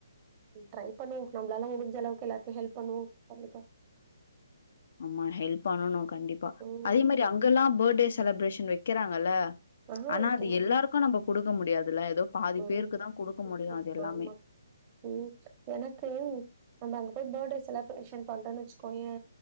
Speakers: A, on the right; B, on the left.
A: ட்ரை பண்ணு நம்ளால முடிஞ்சளவுக்கு எல்லாருக்கு ஹெல்ப் பண்ணுவொ கண்டிப்பா
B: ஆமா ஹெல்ப் பண்ணணு கண்டிப்பா
A: ம்.
B: அதே மாதிரி அங்கல்லா பாஃட்டே செலிப்ரேஷன் வெக்கிறாங்கல்ல
A: ஆ,
B: ஆனா
A: வைக்கிறாங்க.
B: அது எல்லாருக்கு நம்ப குடுக்க முடியாதுல்ல ஏதோ பாதி
A: ம்.
B: பேருக்கு தா குடுக்க
A: புடிக்கு
B: முடியு அது எல்லாமே
A: ஆமா ம் எனக்கு நம்ம அங்க போய் பர்த்டே செலப்ரேஷன் பண்றன் வெச்சுக்கோயே